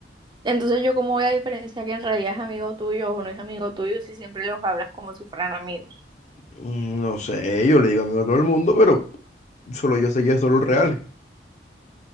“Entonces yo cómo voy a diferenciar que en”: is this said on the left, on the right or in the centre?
Right